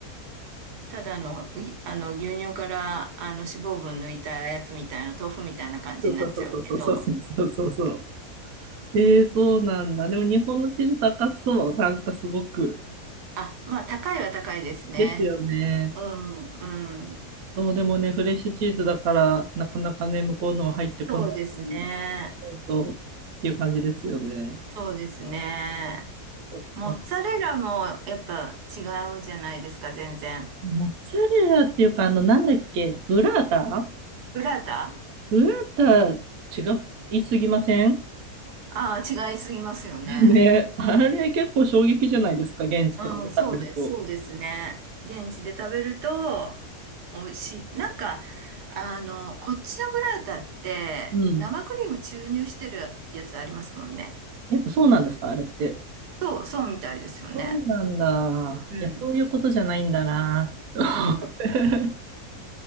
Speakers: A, on the right; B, on the right.
A: ただの、ぎあの、牛乳から、あの、脂肪分抜いたやつみたいな、豆腐みたいな感じになっちゃうけど、
B: そうそうそうそうそうそうそうそうそう。ええそうなんだ。でも日本のチーズ高そう。なんかすごく。
A: あ、まあ、高いは高いですね。
B: ですよね。
A: うん、うん。
B: そう、でもね、フレッシュチーズだから、なかなかね、向こうのは入ってこないし、
A: そうですね。
B: そう思うと、っていう感じですよね。
A: そうですね。
B: そっか
A: モッツァレラもやっぱ違うじゃないですか、全然。
B: モッツァレラっていうか、あの、なんだっけ、ブラータ
A: ブラータ
B: ブラータ、違いすぎません
A: ああー、違いすぎますよね。
B: <laughs> ね、あれ結構衝撃じゃないですか、現地とかで食べると。
A: うん、そうです。そうですね。現地で食べると、美味しい。なんか、あの、こっちのブラータって、
B: うん。
A: 生クリーム注入してるやつありますもんね。
B: やっぱそうなんですか、あれって。
A: そう、そうみたいですよね。
B: そうなんだ。
A: うん。
B: いや、そういうことじゃないんだな。<laughs>
A: うん。